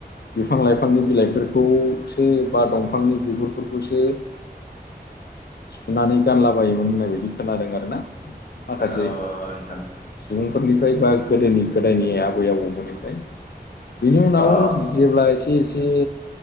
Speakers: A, on the left; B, on the left.
A: बिफां लाइफांनि बिलाइफोरखौसो बा दंफांनि बिगुरफोरखौसो सुनानै गानलाबायोमोन होननायबायदि खोनादों आरो ना माखासे
B: औ नोंथां
A: सुबुं फोरनिफ्राय बा गोदोनि गोदायनि आबै आबौमोननिफ्राय बिनि उनाव
B: अ
A: जेब्ला एसे एसे